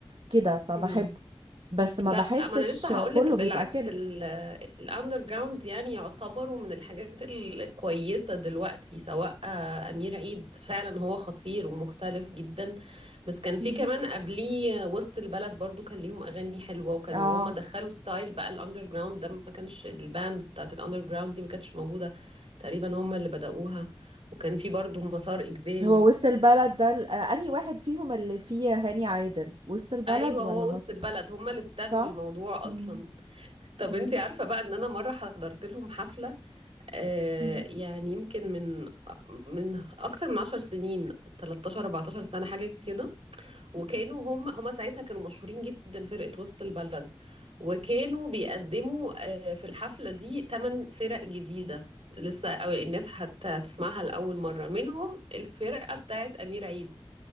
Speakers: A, on the right; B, on the right.
A: كده فبحبه
B: أمم.
A: بس ما
B: لا
A: بحسش
B: ما انا لسه هقولك
A: كله
B: بالعكس
A: بيبقى كده
B: الاندر جراوند يعني يعتبروا من الحاجات الكويسه دلوقتي سواء آه، امير عيد فعلا هو خطير ومختلف جدا بس كان في
A: مم.
B: كمان قبليه وسط البلد برضو كان ليهم اغاني حلوه وكانوا
A: اه
B: هما دخلوا ستايل بقى الاندر جراوند ده ما كانش الباندز بتاعت الاندر جراوند دي ما كانتش موجوده تقريبا هما اللي بدأوها وكان في برضو مسار اجباري
A: هو وسط البلد ده ال- آه، انهي واحد فيهم اللي فيه هاني عادل وسط البلد
B: ايوه
A: ولا
B: هو
A: مصر
B: وسط البلد هما اللي ابتدوا
A: صح
B: الموضوع
A: مم.
B: اصلا طب
A: مم.
B: انتي عارفة بقى ان انا مرة حضرت لهم حفلة آه
A: مم.
B: يعني يمكن من من اكتر من عشر سنين 13 14 سنة حاجة كده وكانوا هم هم ساعتها كانوا مشهورين جدا فرقة وسط البلد وكانوا بيقدموا آه في الحفلة دي تمن فرق جديدة لسه أو الناس حتى تسمعها لأول مرة منهم الفرقة بتاعت أمير عيد